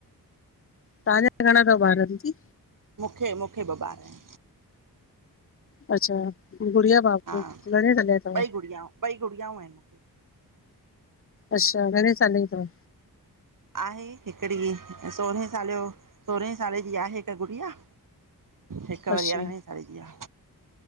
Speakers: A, on the left; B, on the right.
A: तव्हांजा घणा थव ॿार दींदी?
B: मूंखे, मूंखे ॿ ॿार आहिन।
A: अच्छा गुड़िया बाबू
B: हा,
A: घणे साले जा तव
B: ॿई गुड़ियाउ, ॿई गुड़ियाउ आहिन।
A: अछा, घणे सालें जी तव?
B: आहे, हिकड़ी सोरहें साले जो, सोरहें साले जी आहे हिक गुड़िया। हीक
A: अच्छा
B: वरी अरहणे साले जी आ।